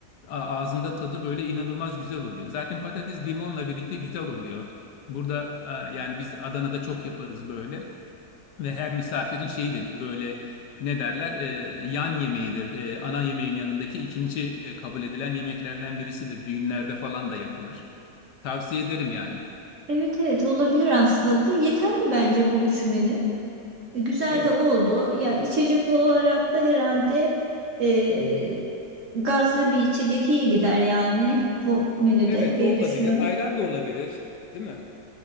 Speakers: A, on the left; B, on the right.
A: a- ağzında tadı böyle inanılmaz güzel oluyor. Zaten patates limonla birlikte güzel oluyor. Burada a, yani biz Adana'da çok yaparız böyle. Ve her misafirin şeyidir böyle ne derler e, yan yemeğidir. E, ana yemeğin yanındaki ikinci e, kabul edilen yemeklerden birisidir. Düğünlerde falan da yapılır. Tavsiye ederim yani.
B: Evet evet olabilir aslında. Bu yeterli bence bu üç menü. E, güzel
A: Evet.
B: de oldu. Ya içecek olarak da herhalde e, gazlı bir içecek iyi gider yani bu menüde
A: Evet
B: diye
A: o olabilir.
B: düşünüyorum.
A: Ayran da olabilir, değil mi?